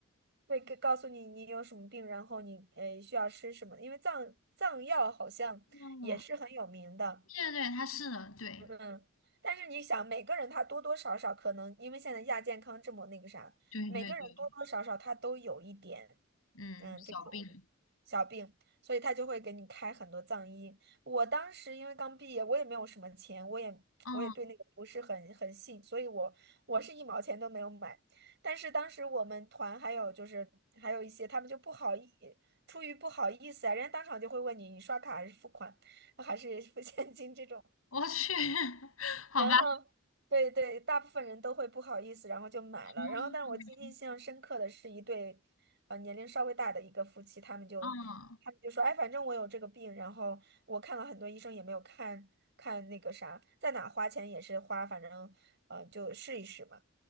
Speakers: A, on the right; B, on the left.
A: 会告告诉你你有什么病，然后你呃需要吃什么，因为藏藏药好像也是很有名的。
B: 嗯，对对对，他是的，对
A: 嗯，但是你想，每个人他多多少少可能，因为现在亚健康这么那个啥，
B: 对对对，
A: 每个人多多少少他都有一点，
B: 嗯，
A: 嗯，
B: 小病，
A: 这种小病，所以他就会给你开很多藏医。我当时因为刚毕业，我也没有什么钱，我也我也对那个不是很很信，
B: 嗯，
A: 所以我我是一毛钱都没有买。但是当时我们团还有就是还有一些他们就不好意，出于不好意思啊，人家当场就会问你，你刷卡还是付款，还是付现金这种。
B: 我去，<laughs> 好吧。
A: 然后，对对，大部分人都会不好意思，然后就买了。
B: 嗯
A: 然后，但是我记忆印象深刻的是一对，呃，年龄稍微大的一个夫妻，他们就他们就说，
B: 哦
A: 哎，反正我有这个病，然后我看了很多医生也没有看看那个啥，在哪花钱也是花，反正呃就试一试嘛。